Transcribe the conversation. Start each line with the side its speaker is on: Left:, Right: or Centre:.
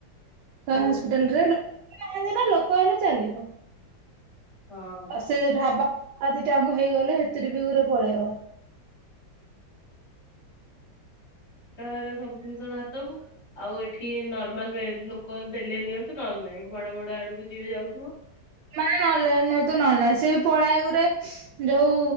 Right: ସମ୍
Left: ହୁଁ
Right: ହସ୍ପିଟାଲ ରେ। ନାହାନ୍ତି ନା ଲୋକ ହେଲେ ଚାଲିବ।
Left: ହଁ
Right: ସେ ଢାବା। ଆଉ ଦିଟାଙ୍କ ହେଇଗଲେ ହେଥିରେ ବି ଘୁରେ ପଳେଇବ।
Left: ନିଜ ସବୁ ଜିନିଷ ଧାରଦବୁ ଆଉ ଏଠି ନର୍ମାଲ ବେ ଲୋକ ଦେଲେ ନିଅନ୍ତୁ ନହେଲେ ନାହିଁ ବଡ ବଡ ଆଡକୁ ଯିଏ ଯାଉ।
Right: ମାନେ ନହେଲେ ନେ। ମହେଲେ ନାଇ ସେ ବି ପଳାଏ ଗୁରେ ଯୋଉ